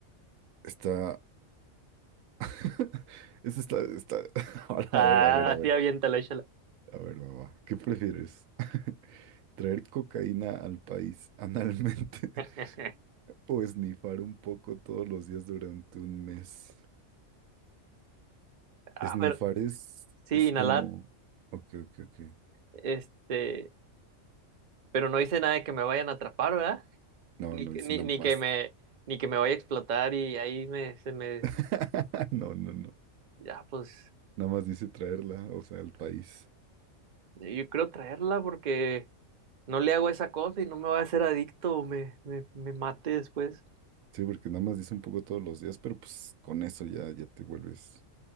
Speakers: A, on the right; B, on the right.
A: está... <laughs> Esta está, está... <laughs> A
B: Ah,
A: ver, a ver, a ver.
B: sí, aviéntala, échala.
A: A ver, mamá, ¿qué prefieres? ¿Traer cocaína al país analmente
B: <laughs>
A: <laughs> o esnifar un poco todos los días durante un mes?
B: Ah,
A: Esnifar
B: pero
A: es,
B: sí,
A: es
B: inhalar.
A: como... Ok, ok, ok.
B: Este, pero no hice nada de que me vayan a atrapar, ¿verdad?
A: No,
B: Ni,
A: no
B: que-
A: dice
B: ni,
A: nada
B: ni
A: más.
B: que me, ni que me vaya a explotar y ahí me, se me,
A: <laughs> No, no, no.
B: ya, pues,
A: Nada más dice traerla, o sea, al país.
B: yo creo traerla porque no le hago esa cosa y no me va a hacer adicto o me, me, me mate después.
A: Sí, porque nada más dice un poco todos los días, pero pues con eso ya, ya te vuelves